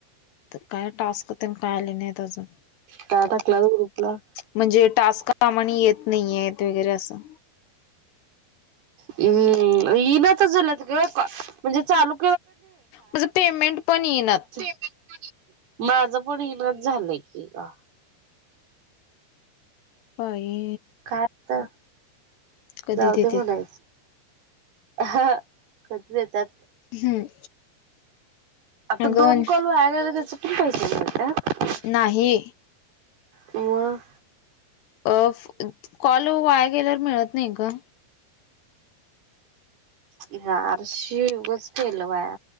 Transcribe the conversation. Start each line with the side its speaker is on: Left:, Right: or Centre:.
Left: तर काय टास्क तेन काय आले नाहीत अजून
Right: टाटा <unintelligible>
Left: म्हणजे टास्क कामाने येत नाहीये त वगैरे असं
Right: हम्म येना त झालंत ग म्हणजे चालू
Left: माझं पेमेंट पण येईनात
Right: <unintelligible> माझं पण इना झालंय की का.
Left: बाई.
Right: काय तर
Left: कधी
Right: जाऊ
Left: देतेत
Right: दे म्हणायच. हा कधी देतात.
Left: हम्म.
Right: आता
Left: अगं
Right: दोन
Left: वंश
Right: कॉल आहे गेले त्याचे पण पैसे मिळता?
Left: नाही.
Right: म.
Left: ॲफ कॉल वाया गेल्यावर मिळत नाही ग.
Right: यार शी उगाच केल वया.